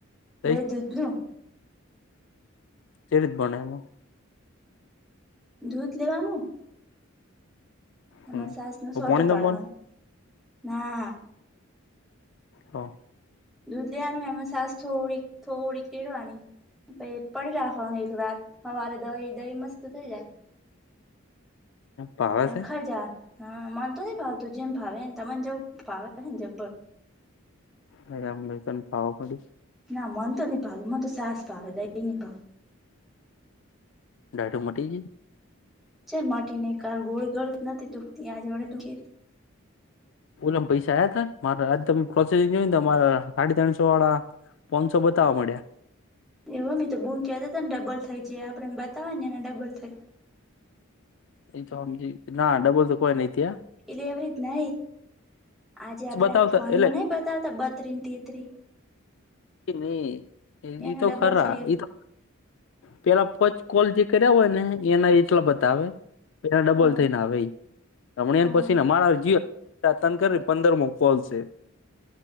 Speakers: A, on the left (about 60°); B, in the centre.
A: દહીં
B: દહી દુંજું
A: તદ બોણ એમાં
B: દૂધ લેવાનું એમાં
A: હમ
B: સાસ નો સોટો
A: પોણી
B: પાડવાનું
A: ન બને
B: ના
A: હા
B: દૂધ લેવાનું એમાં સાસ થોડીક થોડીક કેળવાની પછ પડી રાખવાની એક વાત હવારે દવાહી દહી મસ્ત થઈ જાય
A: ભાવે
B: પે
A: છે
B: ખર જ હ માનતો નઈ ભાવ તું જેને ભાવે ને તને જ ભાવે ને જબ્બર
A: હ અને તને ભાવ પડી્યું
B: ના મન તો ન પા મને તો સાસ ભ દહી પ
A: ડાટો મટી જ
B: છે માટી નહ કાર ગોળ ગળ નથી દુખતી આજ વાડે દુખી
A: ઓલામ પૈસા આવયા ત મા આજે તમે પ્રોસેસિંગ જોય ને મારા સાડી ત્રણસો વાળા પનસો બતાવવા મળ્યા
B: એવ મે તો બૂમ કતા હતા ને ડબલ થાય છે આપેને બતાવય ને એને ડબલ થાય
A: એ તો સમજી ના ડબલ તો કોઈ નહ ત્યાં
B: એટલે એવી રીત નહ આજે આપડે
A: બતાવતા
B: આ ફોનમાં
A: એટલે
B: નઈ બતાવતા બતરી તેતરી
A: ન
B: એને
A: એ તો
B: ડબલ
A: ખરા
B: થઈ
A: એ તો પેલા પંચ કોલ જે કર્યા હોય ને એના એટલા બધ આવે એના ડબલ
B: હ
A: થઈને આવે એ રમણીન
B: ઓ
A: પછી ને અમારા જીવ તર ને પંદર મોકવાલશે